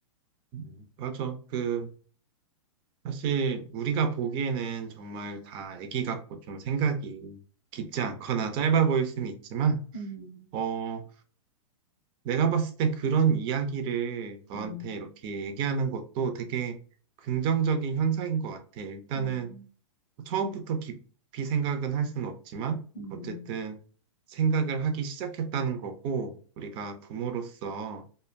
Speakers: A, on the right; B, on the left.
A: 음, 맞아. 그 사실 우리가 보기에는 정말 다 애기 같고 좀 생각이 깊지 않거나 짧아 보일 수는 있지만,
B: 음.
A: 어, 내가 봤을 때 그런 이야기를 너한테
B: 음,
A: 이렇게 얘기하는 것도 되게 긍정적인 현상인 것 같아. 일단은
B: 음,
A: 처음부터 깊이 생각은 할 수는 없지만,
B: 음,
A: 어쨌든 생각을 하기 시작했다는 거고, 우리가 부모로서